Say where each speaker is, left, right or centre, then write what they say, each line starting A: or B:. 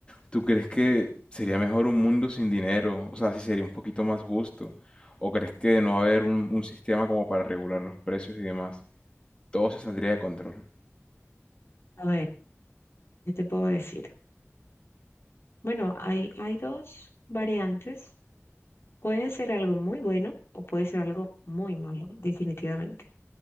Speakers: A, on the left; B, on the left.
A: ¿Tú crees que sería mejor un mundo sin dinero? O sea, si sería un poquito más justo. ¿O crees que de no haber un, un sistema como para regular los precios y demás, todo se saldría de control?
B: A ver, ¿qué te puedo decir? Bueno, hay, hay dos variantes. Puede ser algo muy bueno o puede ser algo muy malo, definitivamente.